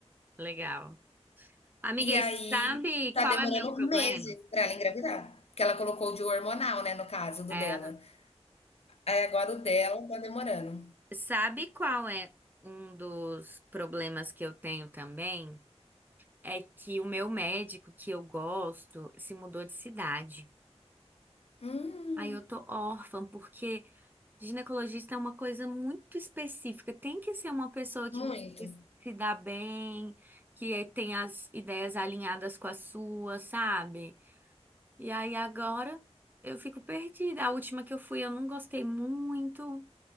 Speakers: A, on the right; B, on the left.
A: Legal. Amiga,
B: e
A: e
B: aí
A: você sabe
B: tá
A: qual
B: demorando
A: é meu problema?
B: meses pra ela engravidar, porque ela colocou o DIU hormonal, né, no caso do
A: É.
B: dela. Aí agora o dela tá demorando.
A: Sabe qual é um dos problemas que eu tenho também? É que o meu médico que eu gosto se mudou de cidade.
B: Hum,
A: Aí eu tô órfã, porque ginecologista é uma coisa muito específica. Tem que ser uma pessoa que
B: muito.
A: você se dá bem, que eh, tem as ideias alinhadas com a sua, sabe? E aí agora eu fico perdida. A última que eu fui, eu não gostei muito.